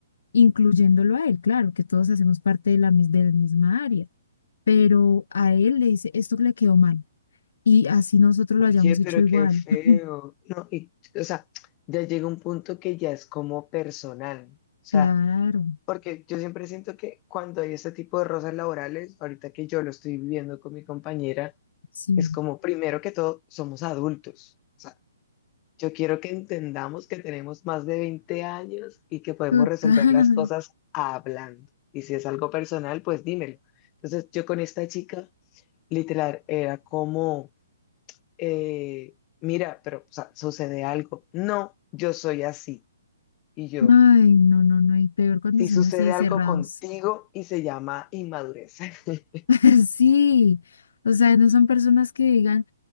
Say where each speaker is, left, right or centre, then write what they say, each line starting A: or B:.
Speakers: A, on the left (about 70°); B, on the left (about 30°).
A: incluyéndolo a él, claro, que todos hacemos parte de la, mis- de la misma área, pero a él le dice, esto le quedó mal, y así nosotros
B: Oye,
A: lo hayamos
B: pero
A: hecho igual.
B: qué feo.
A: <laughs>
B: No, y, o sea, ya llega un punto que ya es como personal. O sea,
A: Claro,
B: porque yo siempre siento que cuando hay este tipo de rosas laborales, ahorita que yo lo estoy viviendo con mi compañera,
A: sí,
B: es como, primero que todo, somos adultos. O sea, yo quiero que entendamos que tenemos más de 20 años y que podemos
A: total.
B: resolver las cosas hablando. Y si es algo personal, pues dímelo. Entonces, yo con esta chica, literal, era como eh, mira, pero o sea, sucede algo. No, yo soy así. Y yo,
A: Ay, no, no, no, y peor cuando
B: si
A: son
B: sucede
A: así de
B: algo
A: cerrados.
B: contigo y se llama inmadurez. <laughs>
A: <laughs> Sí, o sea, no son personas que digan,